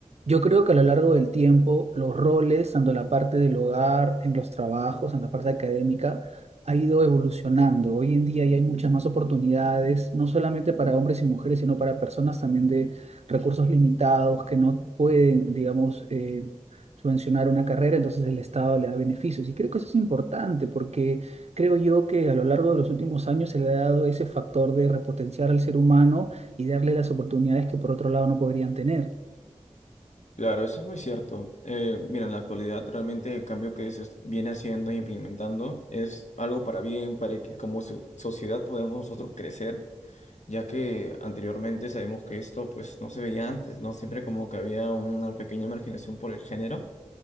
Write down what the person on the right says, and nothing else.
Yo creo que a lo largo del tiempo los roles, tanto en la parte del hogar, en los trabajos, en la parte académica, ha ido evolucionando. Hoy en día ya hay muchas más oportunidades, no solamente para hombres y mujeres, sino para personas también de recursos limitados que no pueden, digamos, eh, subvencionar una carrera, entonces el Estado le da beneficios. Y creo que eso es importante porque creo yo que a lo largo de los últimos años se le ha dado ese factor de repotenciar al ser humano y darle las oportunidades que por otro lado no podrían tener.